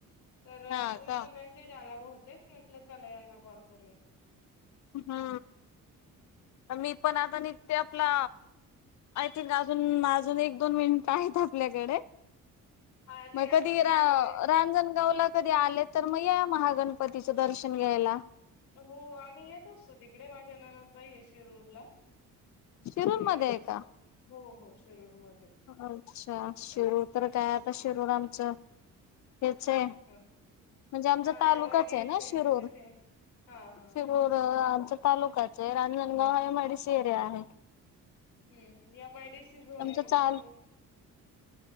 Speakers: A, on the left; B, on the left.
A: तर
B: हा
A: तुमचा
B: का
A: मेसेज आला बहुतेक. म्हटलं चला यांना कॉल करूया.
B: ह ह मी पण आता निघते आपला आय थिंक अजून अजून एक दोन मिनिट आहेत आपल्याकडे
A: हा नाही
B: मग
A: अजून
B: कधी
A: दीड
B: रा
A: मिनिट
B: रांजणगाव ला कधी आले तर मग या. महागणपतीचं दर्शन घ्यायला.
A: हो आम्ही येत असतो तिकडे माझ्या ननंदबाईये. शिरूर ला
B: शिरूर
A: तिकडे
B: मध्ये
A: येत
B: आहे
A: असतो
B: का?
A: हो हो शिरूर मध्ये
B: अच्छा शिरूर तर काय आता शिरूर आमचं हे चे. म्हणजे
A: हा
B: आमचा
A: हा
B: तालुकाचे
A: एम आय डी सी
B: ना
A: आहे
B: शिरूर
A: तिथे हा हा.
B: शिरूर अ तालुकाचे रांजणगाव एमआयडी सि एरिया आहे.
A: हम् एमआयडीसी जवळे
B: आमचं
A: ना
B: चाल
A: Shirur.